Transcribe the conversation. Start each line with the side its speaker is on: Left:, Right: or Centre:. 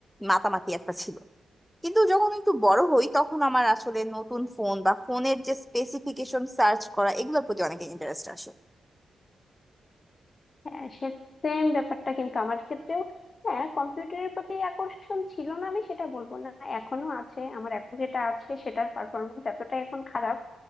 Centre: মাতামাতি একটা ছিল কিন্তু যখন একটু বড় হই তখন আমার আসলে নতুন ফোন বা ফোনের যে স্পেসিফিকেশন সার্চ করা এগুলোর প্রতি অনেক ইন্টারেস্ট আসে
Left: হ্যাঁ সে সেম ব্যাপারটা কিন্তু আমার ক্ষেত্রেও হ্যাঁ কম্পিউটারের প্রতি আকর্ষণ ছিল না আমি সেটা বলবো না এখনো আছে আমার এখন যেটা আছে সেটার পারফরমেন্স এতটা এখন খারাপ